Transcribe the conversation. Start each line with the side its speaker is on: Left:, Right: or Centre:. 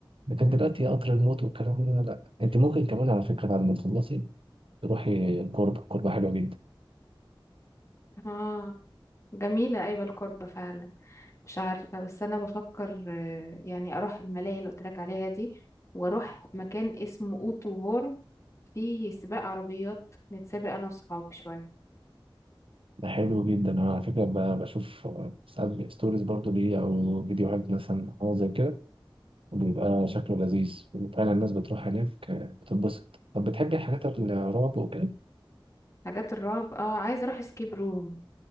Right: لكن
Left: مم.
Right: دلوقتي قطر الموت والكلام ده لا أنت ممكن كمان على فكرة بعد ما تخلصي تروحي الكوربة الكوربة حلوة جدا
Left: اه جميلة أيوة القربة فعلا مش عارفة بس أنا بفكر آه، يعني أروح الملاهي اللي قلت لك عليها دي وأروح مكان اسمه أوتو فورم فيه سباق عربيات نتسابق أنا وصحابي شوية
Right: ده حلو جدا أنا على فكرة ب- بشوف آه، ساعات ستوريز برضو ليه أو فيديوهات مثلا أو زي كده وبيبقى شكله لذيذ وفعلا الناس بتروح هناك آه، بتتبسط طب بتحبي الحاجات الرعب وكده؟
Left: حاجات الرعب اه عايزة أروح سكيب روم